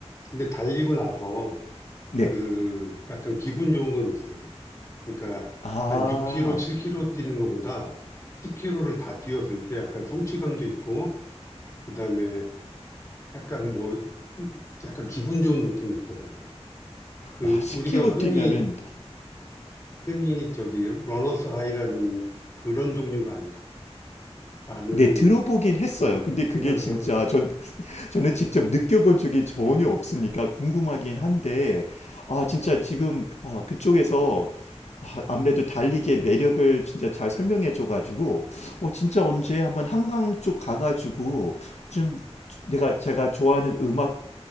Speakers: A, on the left (about 30°); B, on the left (about 85°).
A: 근데 달리고 나서
B: 네.
A: 그 약간 기분 좋은 건 있어요. 그러니까
B: 아,
A: 한 6km, 7km 뛰는 것보다 10km를 다 뛰었을 때 약간 성취감도 있고 그다음에 약간 뭐 약간 기분 좋은 느낌이 있더라고요. 그
B: 와, 10km
A: 우리가 흔히
B: 뛰면은,
A: 흔히 저기 러너스 하이라는 그런 종류가 아닐까라는
B: 네, 들어보긴 했어요.
A: 예,
B: 근데 그게
A: 생각을
B: 진짜,
A: 해보죠.
B: 저, 저는 직접 느껴본 적이 전혀 없으니까 궁금하긴 한데, 아, 진짜 지금 아, 그쪽에서 아, 아무래도 달리기의 매력을 진짜 잘 설명해 줘가지고, 어, 진짜 언제 한번 한강 쪽 가가지고, 좀 내가 제가 좋아하는 음악